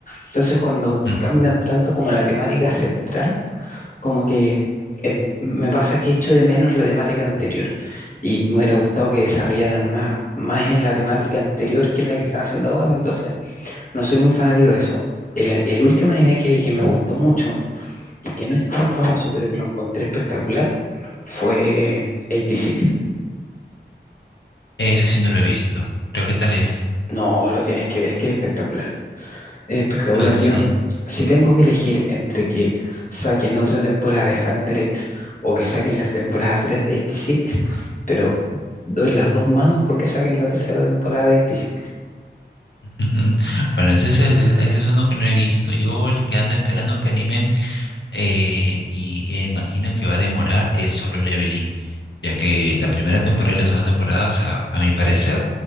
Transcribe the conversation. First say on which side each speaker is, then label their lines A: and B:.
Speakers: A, on the left (about 45°); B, on the left (about 75°).
A: Entonces cuando
B: ujú.
A: cambian tanto como la temática central, como que em, me pasa que echo de menos la temática anterior y me hubiera gustado que desarrollaran más, más en la temática anterior que en la que están haciendo ahora, entonces no soy muy fanático de eso. El, el último anime que vi que me gustó mucho y que no es tan famoso, pero que lo encontré espectacular, fue 86.
B: ese sí no lo he visto. Creo que tal es.
A: No, lo tienes que ver, es que es espectacular. Es espectacular.
B: Ah, sí.
A: Yo, si tengo que elegir entre que saquen otra temporada de Hunter X o que saquen la temporada 3 de 86, pero doy las dos manos porque saquen la tercera temporada de 86.
B: <laughs> Bueno, ese es, el- ese es uno que no he visto. Yo el que ando esperando que animen eh, y eh, imagino que va a demorar es Solo Leveling. ya que la primera temporada y la segunda temporada, o sea, a mi parecer,